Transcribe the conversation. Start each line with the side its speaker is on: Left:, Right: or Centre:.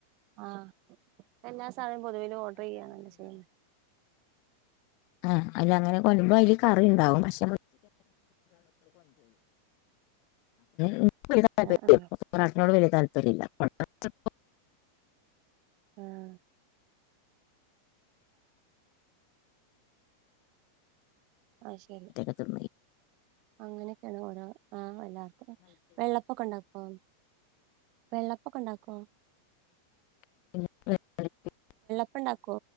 Right: ആഹ് എല്ലാ സാധനവും പൊതുവേലും ഓർഡർ ചെയ്യണല്ലോ ചെയ്യുന്ന
Left: ആഹ് അയിന് അങ്ങനെ വരുമ്പോ അതില് കറിണ്ടാവും പക്ഷെ <unintelligible> <unintelligible>
Right: ആ ആ
Left: വലിയ താല്പര്യമല്ല <unintelligible>
Right: ആഹ് അയ് ശരി
Left: പൊറോട്ടയൊക്കെ തിന്നു
Right: അങ്ങനെയൊക്കെയാണ് ഓരോ ആഹ് എല്ലാർക്കും വെള്ളപ്പൊക്കെ ഉണ്ടാക്കോ വെള്ളപ്പൊക്കെ ഉണ്ടാക്കോ
Left: <unintelligible>
Right: പ്പണ്ടാക്കൊ